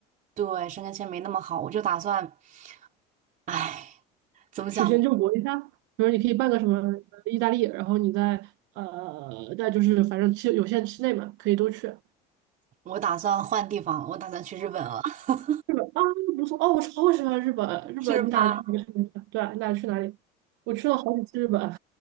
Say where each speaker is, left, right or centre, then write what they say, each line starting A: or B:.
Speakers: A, on the right (about 40°); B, on the right (about 70°).
A: 对，申根签没那么好，我就打算，唉，怎么讲呢？
B: 曲线救国一下，比如你可以办个什么呃意大利，然后你在呃在就是反正期有限期内嘛，可以都去。
A: 我打算换地方了我打算去日本了。<laughs>
B: 日本啊，不错哦，我超喜欢日本。日本，
A: 是吧？
B: 你打算去哪个城市？对啊你打算去哪里？我去了好几次日本。